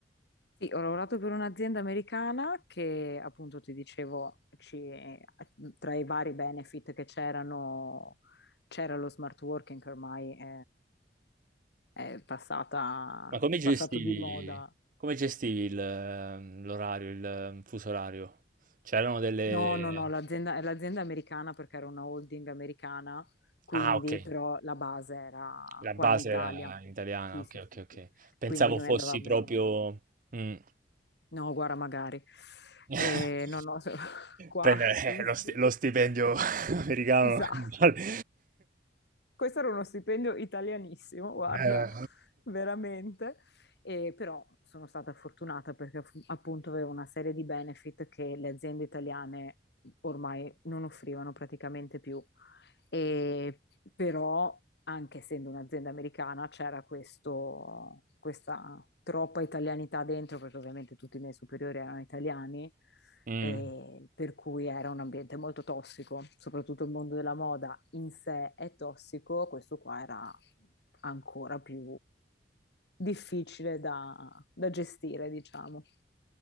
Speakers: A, on the left (about 65°); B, on the right (about 50°).
A: Sì, ho lavorato per un'azienda americana che appunto ti dicevo, ci- tra i vari benefit che c'erano, c'era lo smart working che ormai è, è passata,
B: ma come gestivi,
A: passato di moda.
B: come gestivi il, ehm, l'orario, il ehm, fuso orario? C'erano delle...
A: No, no, no, l'azienda è l'azienda americana perché era una holding americana, quindi
B: Ah, ok,
A: però la base era
B: la
A: qua
B: base
A: in Italia.
B: era italiana,
A: Sì,
B: ok,
A: sì, sì,
B: ok, ok.
A: sì.
B: Pensavo
A: Quindi noi
B: fossi
A: andavamo,
B: proprio... mm.
A: no, guarda, magari.
B: <laughs>
A: Eh, no, no, <laughs> qua
B: Prendere,
A: fissi.
B: eh, lo sti- lo stipendio <laughs> americano
A: Esatto.
B: <laughs> vale.
A: Questo era uno stipendio italianissimo, guarda,
B: Eh.
A: veramente. E però sono stata fortunata perché fu- appunto avevo una serie di benefit che le aziende italiane ormai non offrivano praticamente più. E, però, anche essendo un'azienda americana, c'era questo, questa troppa italianità dentro, perché ovviamente tutti i miei superiori erano italiani,
B: Mm.
A: e per cui era un ambiente molto tossico, soprattutto il mondo della moda in sé è tossico, questo qua era ancora più difficile da, da gestire, diciamo.